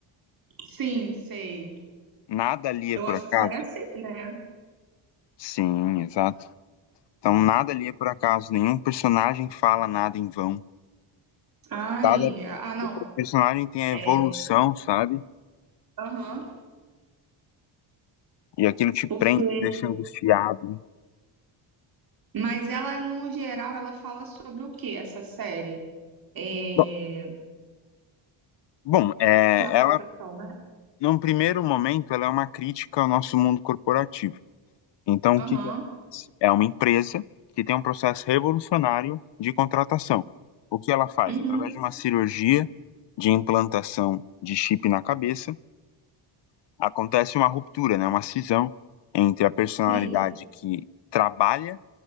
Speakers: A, on the right; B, on the left.
A: Sim, sei.
B: Nada ali é
A: Eu
B: por
A: gosto
B: acaso?
A: de série assim, né?
B: Sim, exato. Então, nada ali é por acaso. Nenhum personagem fala nada em vão.
A: Ai,
B: Cada
A: ah, não.
B: personagem tem a evolução,
A: É,
B: sabe?
A: aham.
B: E aquilo te prende,
A: Porque...
B: te deixa angustiado.
A: Mas ela, no geral, ela fala sobre o que essa série? É...
B: Bom, bom, é,
A: Classificação,
B: ela,
A: né?
B: num primeiro momento, ela é uma crítica ao nosso mundo corporativo. Então, o
A: Aham.
B: que que acontece? É uma empresa que tem um processo revolucionário de contratação. O que ela faz?
A: Uhum,
B: Através de uma cirurgia de implantação de chip na cabeça, acontece uma ruptura, né? Uma cisão entre a personalidade
A: sim.
B: que trabalha